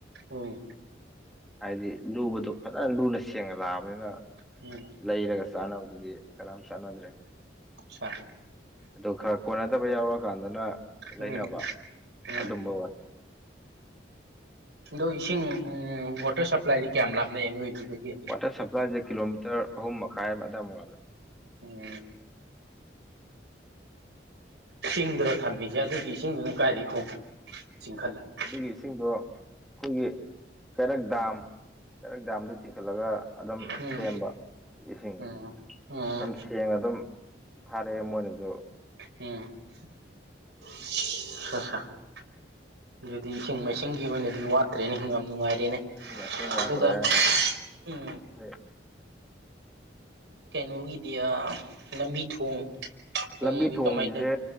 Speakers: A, on the right; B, in the centre.
A: ꯎꯝ
B: ꯍꯥꯏꯗꯤ ꯂꯨꯕꯗꯣ ꯐꯖꯅ ꯂꯨꯅ ꯁꯦꯡꯉ ꯂꯥꯛꯑꯕꯅꯤꯅ
A: ꯎ
B: ꯂꯩꯔꯒ ꯆꯥꯟꯅꯕꯗꯨꯗꯤ ꯀꯔꯝ ꯆꯥꯟꯅꯗ꯭ꯔꯦ
A: ꯆꯥ
B: ꯑꯗꯨ ꯈꯔ ꯀꯣꯟꯅꯗꯕ ꯌꯥꯎꯔꯀꯥꯟꯗꯅ
A: ꯎꯝ
B: ꯂꯩꯅꯕ
A: ꯎꯝ
B: ꯑꯗꯨꯝꯕ ꯑꯣꯏ
A: ꯑꯗꯣ ꯏꯁꯤꯡ ꯋꯥꯇꯔ ꯁꯄ꯭ꯂꯥꯏꯗꯤ ꯀꯌꯥꯝ ꯂꯥꯞꯅꯩ ꯅꯣꯏꯗꯨꯗꯒꯤ
B: ꯋꯥꯇꯔ ꯁꯄ꯭ꯂꯥꯏꯁꯦ ꯀꯤꯂꯣꯃꯤꯇꯔ ꯑꯍꯨꯝ ꯃꯈꯥꯏ ꯑꯃ ꯑꯗꯨꯏ ꯃꯉꯛꯜ
A: ꯎꯝ ꯁꯤꯡꯗ꯭ꯔ ꯊꯝꯃꯤꯁꯦ ꯑꯗꯨꯒꯤ ꯏꯁꯤꯡꯗꯨꯅ ꯀꯥꯏꯗꯒꯤ ꯈꯣꯡꯉ ꯆꯤꯡꯈꯠꯂꯒ
B: ꯑꯗꯨꯒꯤ ꯏꯁꯤꯡꯗꯣ ꯑꯩꯈꯣꯏꯒꯤ ꯀꯩꯔꯛ ꯗꯥꯝ ꯀꯩꯔꯛ ꯗꯥꯝꯗ ꯆꯤꯡꯈꯠꯂꯒ ꯑꯗꯨꯝ
A: ꯎꯝ
B: ꯁꯦꯝꯕ ꯏꯁꯤꯡ
A: ꯎꯝ ꯎꯝ
B: ꯑꯗꯨꯝ ꯁꯦꯡꯅ ꯑꯗꯨꯝ ꯊꯥꯔꯛꯑꯦ ꯃꯣꯏꯅꯁꯨ
A: ꯎꯝꯁ ꯑꯗꯨꯗꯤ ꯏꯁꯤꯡ ꯃꯥꯏꯁꯤꯡꯒꯤ ꯑꯣꯏꯅꯗꯤ ꯋꯥꯠꯇ꯭ꯔꯦꯅꯦ ꯌꯥꯝ ꯅꯨꯡꯉꯥꯏꯔꯦꯅꯦ
B: ꯏ ꯃꯆꯤꯡ ꯃꯥꯇ꯭ꯔꯦ
A: ꯑꯗꯨꯒ ꯎꯝ
B: ꯑꯗꯨꯗꯦ
A: ꯀꯩꯅꯣꯒꯤꯗꯤ ꯑ ꯂꯝꯕꯤ ꯊꯣꯡ ꯅꯨꯡꯒꯤ
B: ꯂꯝꯕꯤ ꯊꯣꯡꯁꯦ
A: ꯀꯃꯥꯏ ꯇꯧ